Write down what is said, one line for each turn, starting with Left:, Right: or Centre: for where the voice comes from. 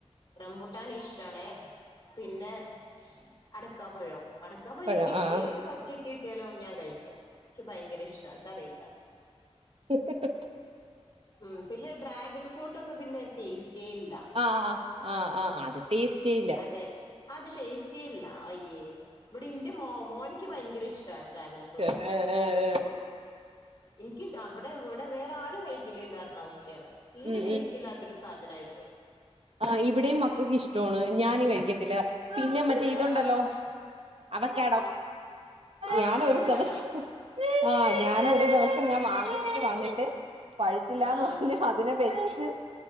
Left: റംമ്പുട്ടാൻ ഇഷ്ടാണേ. പിന്നെ അടക്കാപ്പഴം അടക്കപ്പഴം
Right: പഴം
Left: എനിക്ക്
Right: ആഹ്
Left: ഏത് പച്ചക്ക് കിട്ടിയാലും ഞാൻ കഴിക്കും. എനിക്ക് ഭയങ്കര ഇഷ്ടാ. എന്താ അറിയില്ല
Right: ഹി ഹി ഹി...
Left: ഉം പിന്നെ ഡ്രാഗൺ ഫ്രൂട്ട് ഒന്നും പിന്നെ ടേസ്റ്റിയേ ഇല്ല
Right: ആഹ് ആഹ് ആഹ് അത് ടേസ്റ്റേ ഇല്ല.
Left: അതെ അത് ടേസ്റ്റി ഇല്ല. അയ്യേ, ഇവിടെ എന്റെ മോനിക്ക് ഭയങ്കരം ഇഷ്ടാ ഡ്രാഗൻ
Right: ഇഷ്ടാല്ലേ. <unintelligible>
Left: എനിക്ക് അവിടെ ഇവിടെ വേറെ ആരും കഴിക്കില്ല ഇല്ലാരുന്ന അവസ്ഥയാണ് തീരെ
Right: ഉം
Left: ടേസ്റ്റ് ഇല്ലാത്തൊരു സാധനായി പോയി.
Right: ആ ഇവിടെയും മക്കൾക്ക് ഇഷ്ടമാണ്. ഞാനും കഴിക്കത്തില്ല. പിന്നെ മറ്റേ ഇതുണ്ടല്ലോ
Left: ആഹ്
Right: അവക്കാഡോ
Left: ആഹ്
Right: ഞാനും
Left: അവക്കാടോ
Right: ഒരു ദിവസം ആഹ് ഞാനും ഒരു ദിവസം ഞാൻ വാങ്ങിച്ചിട്ട് വന്നിട്ട് പഴുത്തില്ലാന്ന്
Left: ആഹ്
Right: പറഞ്ഞ് അതിനെ വെച്ച്,